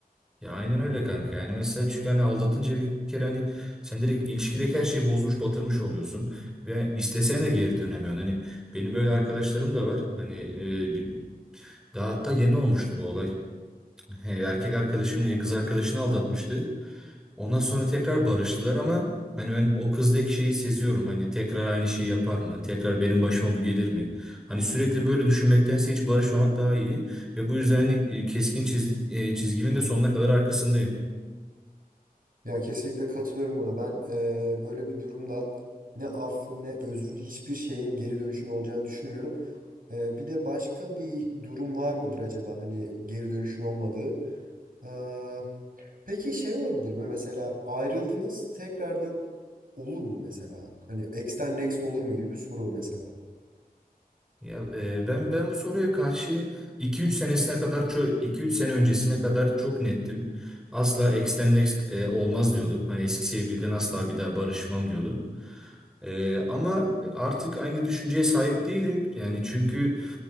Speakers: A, in the centre; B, on the right.
A: Ya aynen öyle kanka. Yani mesela çünkü hani aldatınca bir kere hani sen direkt ilişkideki her şeyi bozmuş, batırmış oluyorsun ve istesen de geri dönemiyorsun. Hani benim böyle arkadaşlarım da var. Hani e, bir- daha hatta yeni olmuştu bu olay. He, erkek arkadaşım kız arkadaşını aldatmıştı. Ondan sonra tekrar barıştılar ama hani ben o kızdaki şeyi seziyorum. Hani tekrar aynı şeyi yapar mı? Tekrar benim başıma bu gelir mi? Hani sürekli böyle düşünmektense hiç barışmamak daha iyi. Ve bu yüzden hani e, keskin çiz, e, çizgimin de sonuna kadar arkasındayım.
B: Ya kesinlikle katılıyorum buna. Ben eee, böyle bir durumda ne affın ne özrün hiçbir şeyin geri dönüşünün olacağını düşünmüyorum. Ee, bir de başka bir durum var mıdır acaba hani geri dönüşün olmadığı? Ee, peki şey olabilir mi mesela ayrıldınız tekrardan olur mu mesela? Hani ex'ten next olur mu gibi bir soru mesela.
A: Ya e, ben ben bu soruya karşı iki üç senesine kadar çok 2-3 sene öncesine kadar çok nettim. Asla ex next e, olmaz diyordum. Hani eski sevgiliden asla bir daha barışmam diyordum. E, ama artık aynı düşünceye sahip değilim. Yani çünkü